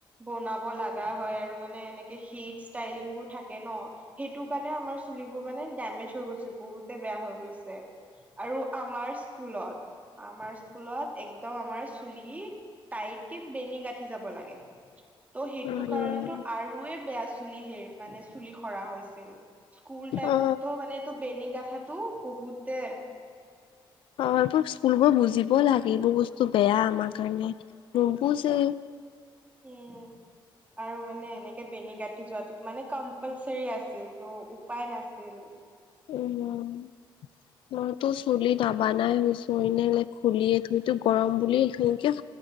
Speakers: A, on the right; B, on the left.
A: বনাব লগা হয় আৰু মানে এনেকে হিট ষ্টাইলিং বোৰ থাকে ন'। সেইটোৰ কাৰণেও আমাৰ চুলিবোৰ মানে ডেমেজ হৈ গৈছে বহুতে বেয়া হৈ গৈছে। আৰু আমাৰ স্কুলত আমাৰ স্কুলত একদম আমাৰ চুলি, টাইটকে বেনি গাঁঠি যাব লাগে। ত' সেইটো
B: উম
A: কাৰণেটো আৰুয়ে বেয়া চুলি হে মানে চুলি সৰা হৈছিল। স্কুল টাইমত
B: অ
A: ত' মানে এইটো বেনী গোথাাটো বহুতে
B: অ', স্কুলবোৰ বুজিব লাগিব এইবোৰ বস্তু বেয়া আমাৰ কাৰণে, নুবুজে।
A: উম, আৰু মানে এনেকে বেনি যোৱাটোত মানে কম্পালচৰি আছিল ত' উপায় নাছিল।
B: উম, মইতো চুলি নাবানাই হৈছো এনে খুলিয়ে থৈতো গৰম বুলি এই এইখিনিকে,